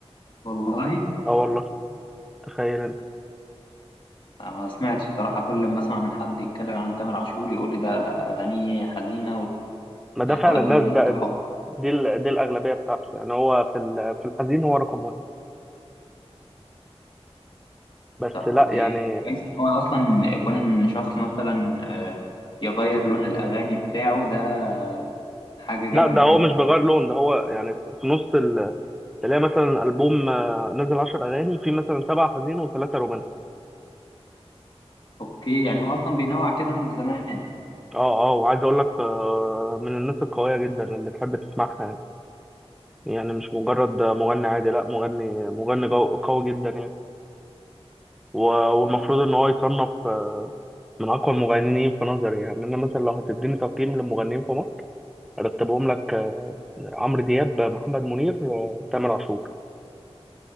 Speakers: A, on the left (about 50°); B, in the centre.
A: والله
B: أه والله تخيل أنت
A: أنا ما سمعتش صراحة كل ما أسمع من حد يتكلم عن تامر عاشور يقول لي ده أغانيه حزينة
B: ما ده
A: وتؤدي
B: فعلا ده,
A: للانتحار
B: ده, ده دي ال- دي الأغلبية بتاعته يعني هو في ال- في الحزين هو رقم واحد بس
A: طب
B: لا
A: والله
B: يعني
A: يعني كويس ان هو اصلا يكون ان شخص مثلا آه، يغير لون الاغاني بتاعه ده حاجه
B: لا
A: جامده
B: ده هو
A: ان انت
B: مش بيغير لون ده هو يعني في نص ال- تلاقي مثلا ألبوم آه، نزل 10 أغاني في مثلا سبعة حزين وثلاثة رومانسي
A: اوكي يعني هو اصلا بينوع كده من زمان
B: أه أه وعايز أقول لك آه، من الناس القوية جدا اللي تحب تسمعها يعني. يعني مش مجرد مغني عادي لا مغني مغني جو- قوي جدا يعني و- والمفروض
A: طب
B: ان هو يصنف من اقوى المغنيين في نظري يعني انا مثلا لو هتديني تقييم للمغنيين في مصر ارتبهم لك آه، عمرو دياب محمد منير آه، تامر عاشور